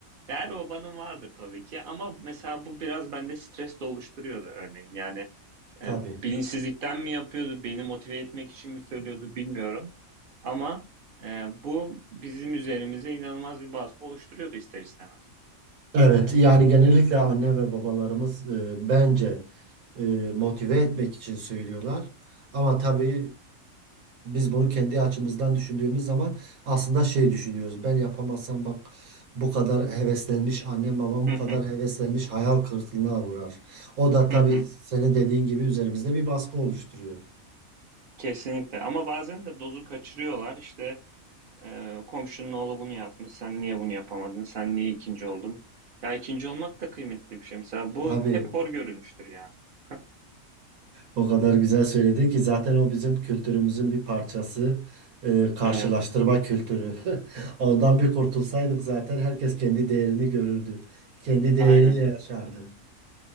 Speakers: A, on the right; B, on the right.
A: Her babanın vardır tabii ki ama mesela bu biraz bende stres de oluşturuyordu örneğin. Yani
B: <laughs> Tabii.
A: e, bilinçsizlikten mi yapıyordu, beni motive etmek için mi söylüyordu bilmiyorum. Ama e, bu bizim üzerimize inanılmaz bir baskı oluşturuyordu ister istemez.
B: Evet, yani genellikle anne ve babalarımız e, bence e, motive etmek için söylüyorlar. Ama tabii e, biz bunu kendi açımızdan düşündüğümüz zaman aslında şey düşünüyoruz. Ben yapamazsam bak bu kadar heveslenmiş annem babam
A: <laughs>
B: bu
A: hı,
B: kadar heveslenmiş hayal kırıklığına uğrar. O da tabii
A: hı hı.
B: senin dediğin gibi üzerimizde bir baskı oluşturuyor.
A: Kesinlikle ama bazen de dozu kaçırıyorlar işte Ee, komşunun oğlu bunu yapmış. Sen niye bunu yapamadın? Sen niye ikinci oldun? Ya ikinci olmak da kıymetli bir şey. Mesela bu
B: Tabii.
A: hep hor görülmüştür yani. <laughs>
B: O kadar güzel söyledin ki zaten o bizim kültürümüzün bir parçası. Ee, karşılaştırma
A: Evet,
B: kültürü. <laughs> Ondan bir kurtulsaydık zaten herkes kendi değerini görürdü. Kendi değeriyle
A: aynen.
B: yaşardı.